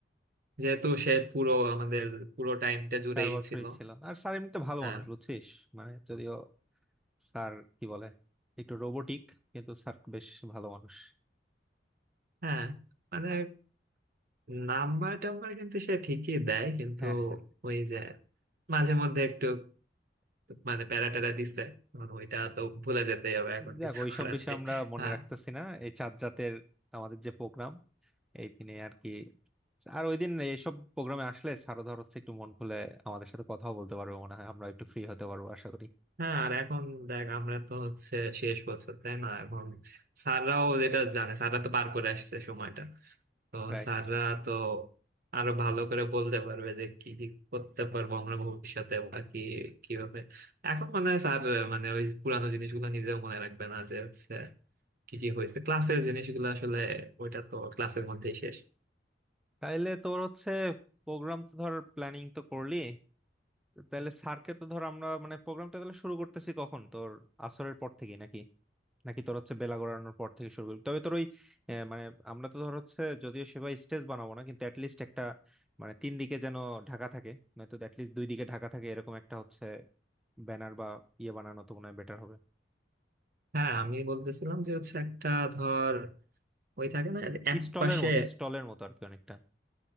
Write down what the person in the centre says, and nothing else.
চার বছরই
ছিল আর স্যার এমনিতে ভালো
মানুষ বুঝছিস মানে যদিও স্যার কি বলে একটু রোবোটিক কিন্তু স্যার বেশ ভালো মানুষ
হ্যাঁ হ্যাঁ
যাক
ওইসব
বিষয়
আমরা মনে
রাখতেছি না এই চাঁদ রাতের আমাদের যে প্রোগ্রাম এই দিনে আর কি আর ওই দিন এইসব প্রোগ্রামে আসলে স্যারও ধর হচ্ছে একটু মন খুলে আমাদের সাথে কথাও বলতে পারবে মনে হয় আমরা একটু ফ্রি হতে পারবো আশা করি
রাইট
তাইলে তোর হচ্ছে প্রোগ্রাম তো ধর প্ল্যানিং তো করলি তাহলে স্যারকে তো ধর আমরা মানে প্রোগ্রামটা তাহলে শুরু করতেছি কখন তোর আসরের পর থেকে নাকি নাকি তোর হচ্ছে বেলা গড়ানোর পর থেকে শুরু করবি তবে তোর ওই আহ, মানে আমরা তো ধর হচ্ছে যদিও সেভাবে স্টেজ বানাবো না কিন্তু অ্যাটলিস্ট একটা মানে তিন দিকে যেন ঢাকা থাকে নয়তো অ্যাটলিস্ট দুই দিকে ঢাকা থাকে এরকম একটা হচ্ছে ব্যানার বা ইয়ে বানানো তো মনে হয় বেটার হবে
স্টলের
মতো স্টলের মতো আর কি অনেকটা